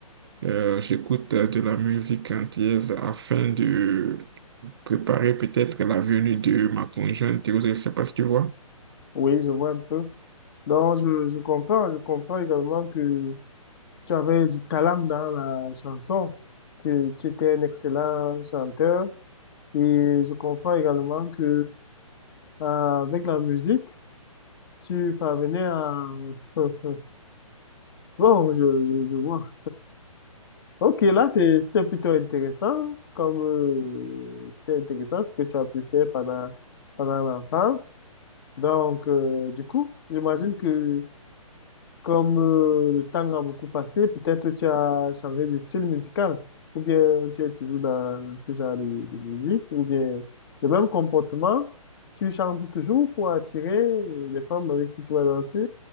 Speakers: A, on the right; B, on the left.
A: euh, j'écoute euh, de la musique antillaise afin de préparer peut-être la venue de ma conjointe. et autres. Je ne sais pas si tu vois.
B: Oui, je vois un peu. Donc, je, je comprends, je comprends également que Tu avais du talent dans la chanson. Tu, tu étais un excellent chanteur et je comprends également que euh, avec la musique, tu parvenais à... <laughs> Bon, je, je, je vois. Ok, là, c'est- c'était plutôt intéressant, comme euh, c'était intéressant ce que tu as pu faire pendant, pendant l'enfance. Donc, euh, du coup, j'imagine que Comme euh, le temps a beaucoup passé, peut-être tu as changé de style musical, ou bien tu es toujours dans, dans ce genre de, de musique, ou bien le même comportement, tu chantes toujours pour attirer euh, les femmes avec qui tu vas danser,